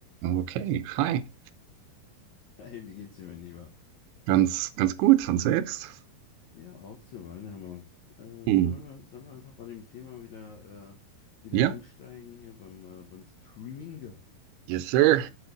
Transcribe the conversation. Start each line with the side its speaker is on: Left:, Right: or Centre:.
Right: Okay, hi.
Left: Hey, wie geht's dir, mein Lieber?
Right: Ganz, ganz gut. Und selbst?
Left: Ja, auch so, Weinheimer. Äh,
Right: Hm.
Left: sollen wir, sollen wir einfach bei dem Thema wieder, äh, wieder
Right: Ja.
Left: einsteigen hier beim, äh, beim Streaming?
Right: Yes, sir.